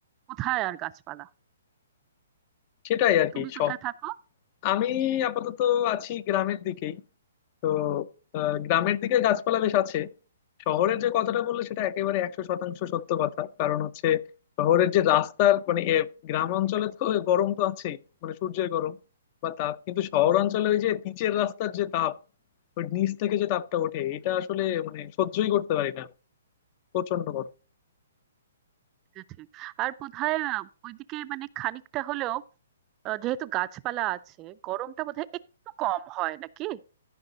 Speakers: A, on the right (about 25°); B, on the left (about 35°).
A: কোথায় আর গাছপালা
B: সেটাই আর
A: তুমি
B: কি
A: কোথায়
B: শখ
A: থাকো
B: আমি আপাতত আছি গ্রামের দিকেই তো আহ, গ্রামের দিকে গাছপালা বেশ আছে শহরের যে কথাটা বললে সেটা একেবারে একশো শতাংশ সত্য কথা কারণ হচ্ছে শহরের যে রাস্তার মানে এ, গ্রাম অঞ্চলে তো গরম তো আছেই মানে সূর্যের গরম বা তাপ কিন্তু শহর অঞ্চলে ওই যে পিচের রাস্তার যে তাপ ওই নিচ থেকে যে তাপটা ওঠে এটা আসলে মানে সহ্যই করতে পারি না প্রচন্ড গরম
A: এটা ঠিক আর বোধহয় আহ, ওইদিকে মানে খানিকটা হলেও আহ, যেহেতু গাছপালা আছে গরমটা বোধহয় একটু কম হয় নাকি